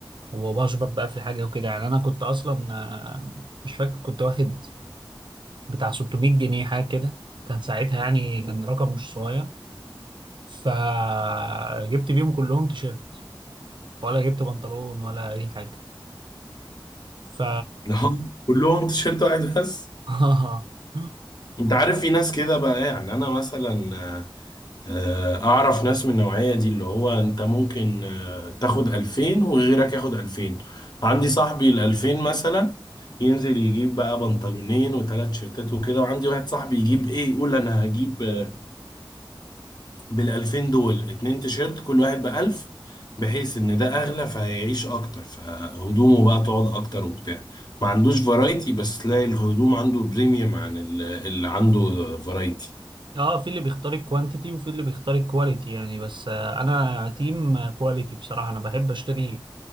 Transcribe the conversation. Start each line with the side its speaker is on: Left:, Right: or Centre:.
Right: وبشبط بقى في الحاجه وكده يعني انا كنت اصلا آه، مش فاكر كنت واخد بتاع 600 جنيه حاجه كده كان ساعتها يعني كان رقم مش صغير فجبت بيهم كلهم تيشيرت ولا جبت بنطلون ولا اي حاجه ف
Left: <laughs> كلهم تيشيرت واحد بس
Right: <laughs>
Left: أنت عارف في ناس كده بقى يعني أنا مثلا آه، آه، اعرف ناس من النوعية دي اللي هو انت ممكن آه، تاخد 2000 وغيرك ياخد 2000 عندي صاحبي ال 2000 مثلا ينزل يجيب بقى بنطلونين وثلاث شيرتات وكده وعندي واحد صاحبي يجيب ايه يقول انا هجيب آه، بال 2000 دول اتنين تيشيرت كل واحد ب 1000 بحيث ان ده اغلى فهيعيش اكتر فهدومه بقى تقعد اكتر وبتاع ما عندوش فرايتي بس تلاقي الهدوم عنده بريميوم عن ال- اللي عنده فرايتي
Right: اه في اللي بيختار الكوانتيتي وفي اللي بيختار الكواليتي يعني بس آه، انا تيم كواليتي بصراحه انا بحب اشتري